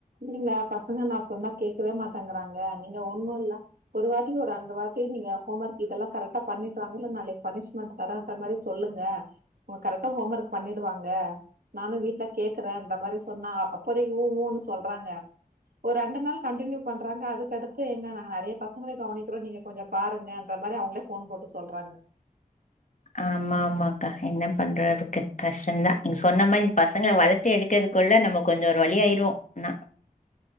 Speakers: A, on the right (about 80°); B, on the left (about 55°).
A: இல்ல பசங்க நா சொன்னா கேக்கவே மாட்டேங்கறாங்க நீங்க ஒன்னு இல்ல ஒரு வாட்டி ஒரு ரெண்டு வாட்டி நீங்க ஹோம் ஒர்க் இதெல்லா கரெக்டா பண்ணிட்டுவாங்க இல்ல நாளைக்கு பனிஷ்மெண்ட் தரன்ற மாரி சொல்லுங்க உங்க கரெக்டா ஹோம் ஒர்க் பண்ணிடுவாங்க நானும் வீட்ல கேக்குறேன்ற மாரி சொன்னா அப்போதே ஊஊன்னு சொல்றாங்க ஒரு ரெண்டு நாள் கண்டினியூ பண்றாங்க அதுக்கடுத்து எங்க நாங்க நெறைய பசங்களை கவனிக்கிறோ நீங்க கொஞ்ச பாருங்கன்ற மாரி அவங்களே போன் போட்டு சொல்றாங்க
B: ஆமா ஆமா அக்கா என்ன பண்றதுக்கு கஷ்டம்தா நீங்க சொன்ன மாரி இந்த பசங்க வளத்து எடுக்கிறதுக்குள்ள நம்ம கொஞ்சோ ஒரு வழி ஆயிருவோம் ஆனா